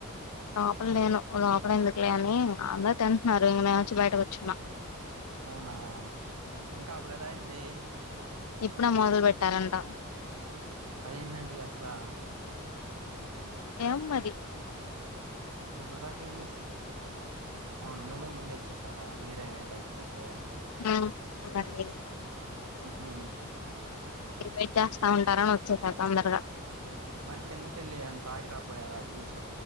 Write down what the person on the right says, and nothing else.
అవునా ఇంకా అవలేదా ఏంది.
అదేందండి అసలా
ఇప్పుడు దాక ఏం చేశారు. నువ్వే ముందొచ్చేసారా మీరే బయటికైతే
మ్ హూ
మరి కిందకెళ్ళి ఏమైనా తాగిరాకపోయారా జ్యూస్